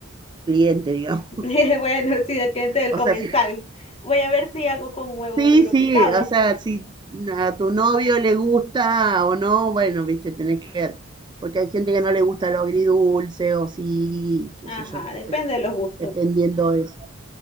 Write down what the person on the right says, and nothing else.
cliente, digamos.
<laughs>
O
sea, si-
sí,
sí,
o sea, si a tu novio le gusta o no, bueno, viste, tenés que ver, porque hay gente que no le gusta lo agridulce o sí, qué
sé yo, no
sé,
dependiendo de eso.